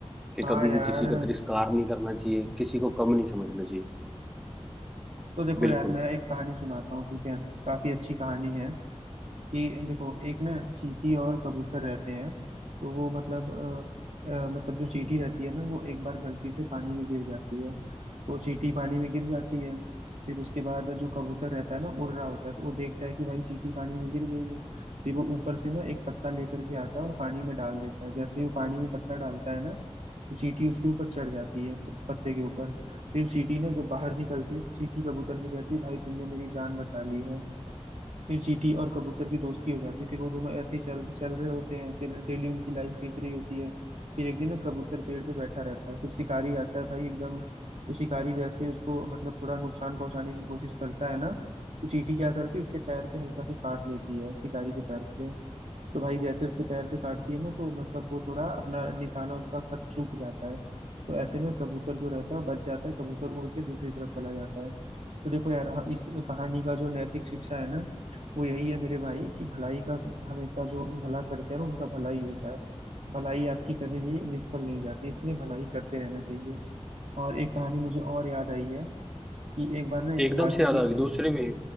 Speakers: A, in the centre; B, on the right.
A: कि
B: हाँ
A: कभी
B: यार
A: भी किसी का तिरस्कार नहीं करना चाहिए किसी को कम नहीं समझना चाहिए
B: तो देखो
A: बिल्कुल
B: यार मैं एक कहानी सुनाता हूँ ठीक है काफी अच्छी कहानी है कि देखो एक ना चींटी और कबूतर रहते हैं तो वो मतलब अ, अ, मतलब जो चींटी रहती है ना वो एक बार गलती से पानी में गिर जाती है तो चींटी पानी में गिर जाती है फिर उसके बाद जो कबूतर रहता है ना उड़ रहा होता है तो वो देखता है कि भाई चींटी पानी में गिर गई है फिर वो ऊपर से ना एक पत्ता लेकर के आता है और पानी में डाल देता है जैसे ही वो पानी में पत्ता डालता है ना तो चींटी उसके ऊपर चढ़ जाती है प- पत्ते के ऊपर फिर चींटी ना जब बाहर निकलती है तो चींटी कबूतर से कहती है भाई तुमने मेरी जान बचा ली है फिर चींटी और कबूतर की दोस्ती हो जाती है फिर वो दोनों ऐसे ही चल चल रहे होते हैं फिर डेली उनकी लाइफ बीत रही होती है फिर एक दिन ना कबूतर पेड़ पे बैठा रहता है फिर शिकारी आता है भाई एकदम तो शिकारी जैसे उसको मतलब थोड़ा नुकसान पहुंचाने की कोशिश करता है ना तो चींटी क्या करती है उसके पैर पे हल्का से काट लेती है शिकारी के पैर पे तो भाई जैसे उसके पैर पे काटती है ना तो मतलब वो थोड़ा अपना निशाना उसका खत चूक जाता है तो ऐसे ना कबूतर जो रहता है वो बच जाता है कबूतर उड़ के दूसरी तरफ चला जाता है तो देखो यार हाँ, इस कहानी का जो नैतिक शिक्षा है ना वो यही है मेरे भाई कि भलाई का हमेशा जो भला करते हैं ना उनका भलाई होता है भलाई आपकी कभी भी निष्फल नहीं जाती इसलिए भलाई करते रहना चाहिए और एक कहानी मुझे और याद आई है कि एक बार ना एक
A: एकदम
B: लालची
A: से याद आ गई दूसरी भी